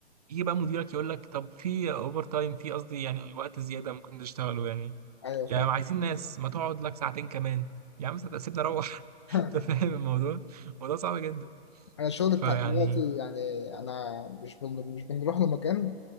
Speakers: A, on the right; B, on the left.
A: يجي بقى مديرك يقول لك طب في اوفر تايم في قصدي يعني وقت زياده ممكن تشتغله يعني
B: ايوه فاهم
A: يعني عايزين ناس ما تقعد لك ساعتين كمان يا عم ساعتين سيبني اروح <laughs>
B: <laughs>
A: انت فاهم الموضوع الموضوع صعب جدا
B: انا الشغل
A: فيعني
B: بتاع دلوقتي يعني انا مش بن... مش بنروح لمكان